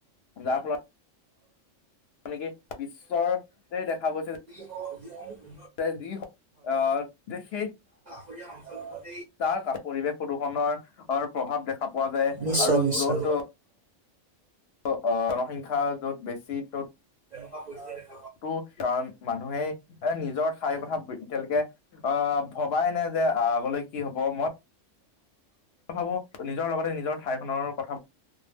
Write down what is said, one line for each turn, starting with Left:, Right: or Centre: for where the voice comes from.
Left: যাৰ ফলত মানে কি বিশ্বৰ কৈ দেখা গৈছে
Right: <unintelligible>
Left: <unintelligible> আঁ যে সেই ত
Right: অঞ্চলত
Left: তাৰ পৰিৱেশ প্ৰদূৰণৰ প্ৰভাৱ দেখা পোৱা যায়
Right: নিশ্চয়
Left: আৰু
Right: নিশ্চয়।
Left: য'ত ত' জনসংখ্যা য'ত বেছি ত'ত
Right: <unintelligible>
Left: টো কাৰণ মানুহে নিজৰ ঠাইৰ কথা এতিয়ালৈকে আহ ভবাই নে যে আগলৈ কি হব। মই ভাবো নিজৰ লগতে নিজৰ ঠাইখনৰ কথা